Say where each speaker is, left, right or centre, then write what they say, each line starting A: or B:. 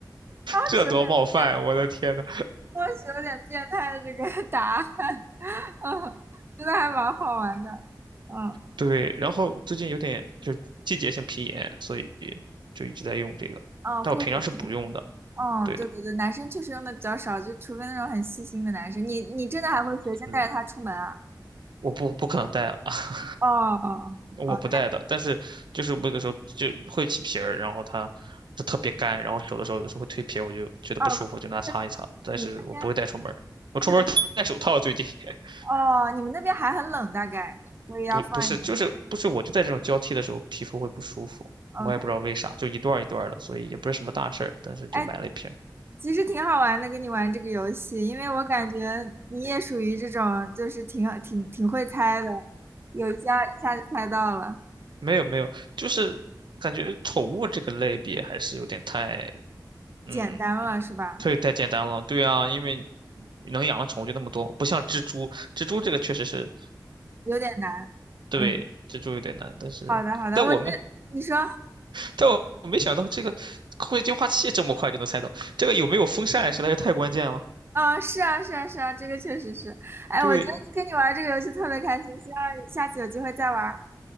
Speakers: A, on the right; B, on the right.
A: 当时有点变态，
B: 这多冒犯啊，我的天呐！
A: 当时有点变态的这个答案，<laughs> 嗯，真的还蛮好玩的，嗯，
B: 对，然后最近有点就是季节性皮炎，所以就一直在用这个，
A: 嗯护手霜，
B: 但我平常是不用的。
A: 哦，
B: 对的，
A: 对对对，男生确实用的比较少，就除非那种很细心的男生，你你真的还会随身带着它出门啊？
B: 是，我不不可能戴啊，<laughs>
A: 哦哦哦，
B: 我不戴的。
A: 哦
B: 但是就是我有的时候就会起皮儿，然后它就特别干，然后手的时候有的时候会蜕皮儿，我就觉得不舒服，
A: 那哦，
B: 就拿擦一擦。
A: 确实你们那边
B: 但是我不会带出门儿我出门儿戴手套。
A: 是的，
B: 最近 <laughs>
A: 哦，你们那边还很冷，大概，所以要放一点
B: 不不是就是不是我就在这种交替的时候皮肤会不舒服，我也不知道为啥，
A: ，OK。
B: 就一段儿一段儿的，所以也不是什么大事儿，但是就买了一瓶。
A: 哎，其实挺好玩的，跟你玩这个游戏，因为我感觉你也属于这种，就是挺挺挺会猜的，有一下一下就猜到了，
B: 没有没有，就是感觉宠物这个类别还是有点太，嗯嗯，
A: 简单了是吧？
B: 太太简单了。对啊，因为能养的宠物就那么多，不像蜘蛛，蜘蛛这个确实是，
A: 有点难。
B: 对，
A: 嗯，
B: 蜘蛛有点难。但是，
A: 好的好的，
B: 但我没，
A: 我觉得你说，
B: 但我没想到这个空气净化器这么快就能猜到，这个有没有风扇实在是太关键了。
A: 啊是啊是啊是啊，这个确实是。哎，
B: 对，
A: 我觉得跟你玩这个游戏特别开心，希望下次有机会再玩儿。